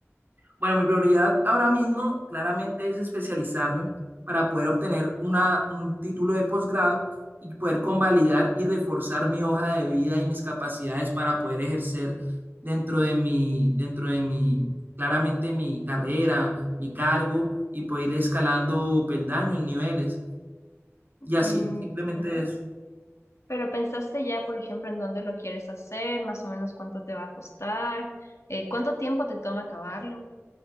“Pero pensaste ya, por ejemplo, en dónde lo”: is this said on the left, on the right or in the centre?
Left